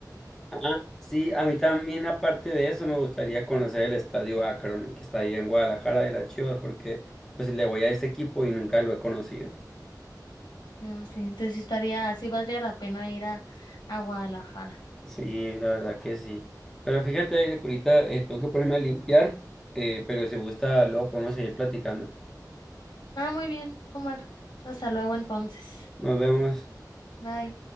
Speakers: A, in the centre; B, on the left.
A: Ah, sí, a mí también aparte de eso me gustaría conocer el Estadio Akron que está ahí en Guadalajara de las Chivas porque pues le voy a ese equipo y nunca lo he conocido.
B: No sé, entonces sí estaría, sí valdría la pena ir a, a Guadalajara.
A: Sí, la verdad que sí. Pero fíjate, Aire, que ahorita eh, tengo que ponerme a limpiar, eh, pero si gusta, luego podemos seguir platicando.
B: Ah, muy bien, Omar. Hasta luego entonces.
A: Nos vemos.
B: Bye.